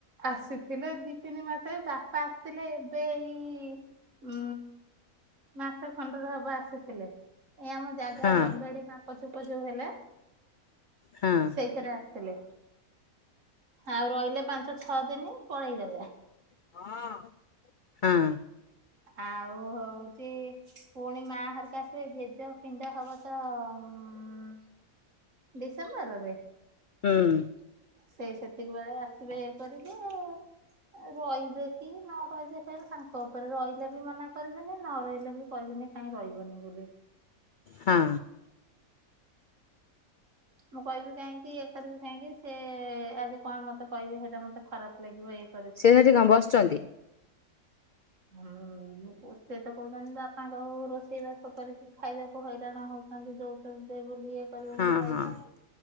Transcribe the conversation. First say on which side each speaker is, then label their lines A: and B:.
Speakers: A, on the right (about 60°); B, on the left (about 65°).
A: ଆସିଥିଲେ ଦି ତିନି ମାସରେ ବାପା ଆସିଥିଲେ ଏବେ ଏଇ ଉଁ -ମାସେ ଖଣ୍ଡରେ ହବ ଆସିଥିଲେ ଏ ଆମ ଜାଗା
B: ହଁ
A: ଜମିବାଡି ମାପଚୁପ ଯଉ ହେଲେ
B: ହଁ
A: ସେଇଥିରେ ଆସିଥିଲେ। ଆଉ ରଇଲେ ପାଞ୍ଚ ଛଅ ଦିନ ପଳେଇଗଲେ।
B: ହଁ।
A: ଆଉ ହଉଚି ପୁଣି ମା ହେରକା ସେ ଜେଜ ପିଣ୍ଡ ହବ ତ ଉଁ, ଡିସେମ୍ବରରେ
B: ହୁଁ।
A: ସେଇ ସେତିକି ବେଳେ ଆସିବେ ଇଏ କରିବେ ଆଉ, ଏ ରହିବେ କି ନ ରହିବେ ସେ ତାଙ୍କ ଉପରେ ରହିଲେ ବି ମନା କରିବିନି ନ ରହିଲେ ବି କହିବିନି କାହିଁ ରହିବନି ବୋଲି।
B: ହଁ।
A: ମୁଁ କହିବି କାହିଁକି ଇଏ କରିବି କାହିଁକି, ସେ ଆଜି କଣ ମୋତେ କହିବେ ସେଟା ମୋତେ ଖରାପ ଲାଗିବ। ଏ
B: ସେ ସେଠି କଣ ବସିଛନ୍ତି?
A: ହୁଁ, <inaudible> ସିଏ ତ କହୁଛନ୍ତି ଯେ ବାପାଙ୍କ ରୋଷେଇ ବାସ କରିକି ଖାଇବାକୁ ହଇରାଣ ହଉ ଥାନ୍ତି ଯୋଉ ତ ଦେ ବୋଲି ଏ କରିବେ
B: ହଁ
A: ବୋଲି ରହିଥାନ୍ତି,
B: ହଁ